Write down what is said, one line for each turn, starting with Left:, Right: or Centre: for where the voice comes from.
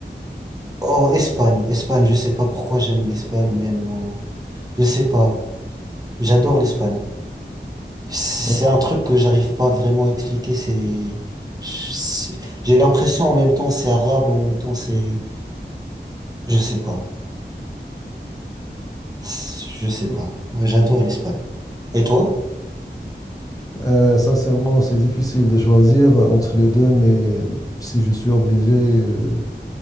Right: Oh, Espagne, Espagne, je sais pas pourquoi j'aime l'Espagne, même euh, Je sais pas. J'adore l'Espagne. C'est c'est
Left: Ok.
Right: un truc que j'arrive pas vraiment à expliquer. C'est, je- c'est- j'ai l'impression en même temps c'est arabe, en même temps c'est, je sais pas. C'est- Je sais
Left: Ok.
Right: pas. Moi, j'adore l'Espagne. Et toi?
Left: Euh, sincèrement, c'est difficile de choisir euh, entre les deux, mais euh, si je suis obligé, euh,